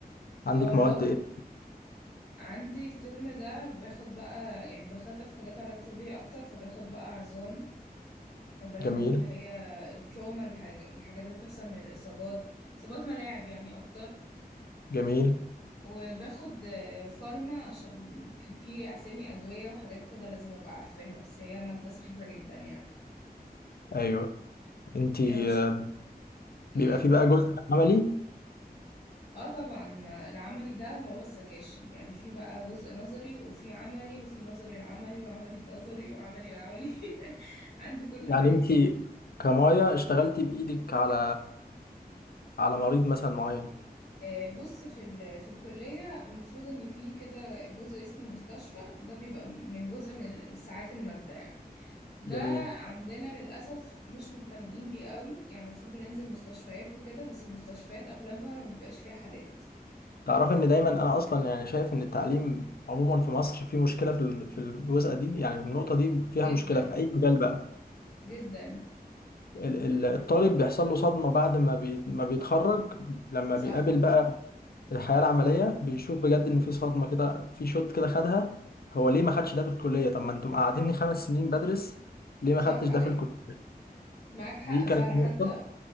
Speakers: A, on the left; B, on the left.
A: عندك
B: اه اللي
A: مواد
B: هو بيبقى
A: ايه
B: عندي الترم ده باخد بقى يعني دخلت في حاجات علاج طبيعي اكتر فباخد بقى عظام وباخد
A: جميل
B: اللي هي التروما الح- الحاجات اللي بتحصل من الإصابات إصابات ملاعب يعني أكتر
A: جميل
B: وباخد آه، فارما عشان في أسامي أدوية وحاجات كده لازم أبقى عارفاها بس هي مادة سخيفة جدا يعني
A: ايوه انت
B: هي
A: آه،
B: مش
A: بيبقى
B: إيه أقول
A: في بقى جزء عملي
B: اه طبعا ما العملي ده اللي هو السكاشن يعني في بقى جزء نظري وفي عملي وفي نظري العملي وعملي النظري وعملي العملي <laughs> عندي كل
A: يعني
B: حاجة
A: انت كمايا اشتغلتي بايدك على على مريض مثلا معين
B: آه، بص في ال... في الكلية المفروض إن في كده جزء اسمه مستشفى ده بيبقى من جزء من ال- ساعات المادة يعني ده
A: جميل
B: عندنا للأسف مش مهتمين بيه قوي يعني المفروض بننزل مستشفيات وكده بس المستشفيات أغلبها ما بيبقاش فيها حالات
A: تعرف ان دايما انا اصلا يعني شايف ان التعليم عموما في مصر فيه مشكله في ال- في الجزء دي يعني النقطه دي فيها
B: جدا
A: مشكله في اي مجال بقى
B: جدا
A: ال- ال- الطالب بيحصل له صدمه بعد ما بي ما بيتخرج لما
B: صح
A: بيقابل بقى الحياه العمليه بيشوف بجد ان في صدمه كده في شوت كده خدها هو ليه ما خدش ده في الكليه طب ما انتم قاعديني خمس سنين بدرس ليه ما
B: صح
A: خدتش ده
B: أيوة
A: في الكليه
B: معاك حق
A: دي
B: فعلا
A: كانت
B: حتى
A: نقطه